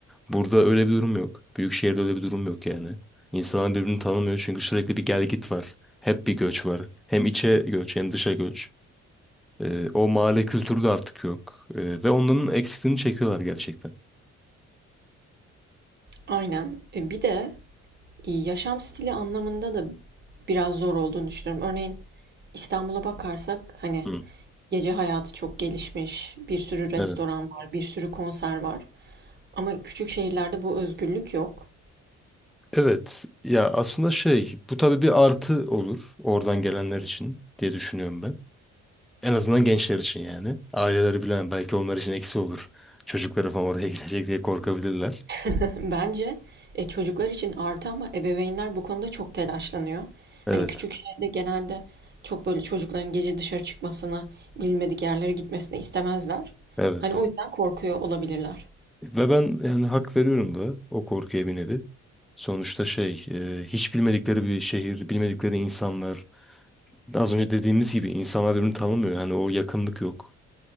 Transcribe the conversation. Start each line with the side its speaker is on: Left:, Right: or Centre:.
Centre: Burada öyle bir durum yok. Büyük şehirde öyle bir durum yok yani. İnsanlar birbirini tanımıyor çünkü sürekli bir gel git var. Hep bir göç var. Hem içe göç hem dışa göç. Ee, o mahalle kültürü de artık yok. Ee, ve onların eksikliğini çekiyorlar gerçekten.
Right: Aynen. E, Bir de e, yaşam stili anlamında da biraz zor olduğunu düşünüyorum. Örneğin İstanbul'a bakarsak hani
Centre: Hı,
Right: gece hayatı çok gelişmiş, bir sürü restoran
Centre: evet.
Right: var, bir sürü konser var. Ama küçük şehirlerde bu özgürlük yok.
Centre: Evet. Ya aslında şey bu tabii bir artı olur oradan gelenler için diye düşünüyorum ben. En azından gençler için yani. Aileleri bilen belki onlar için eksi olur. Çocukları falan oraya <laughs> gidecek diye korkabilirler.
Right: <laughs> Bence e, çocuklar için artı ama ebeveynler bu konuda çok telaşlanıyor.
Centre: Evet,
Right: Hani küçük şehirde genelde çok böyle çocukların gece dışarı çıkmasını, bilmedik yerlere gitmesini istemezler.
Centre: evet.
Right: Hani o yüzden korkuyor olabilirler.
Centre: Ve ben yani hak veriyorum da o korkuya bir nevi. Sonuçta şey, e, hiç bilmedikleri bir şehir, bilmedikleri insanlar. Az önce dediğimiz gibi insanlar birbirini tanımıyor. Hani o yakınlık yok.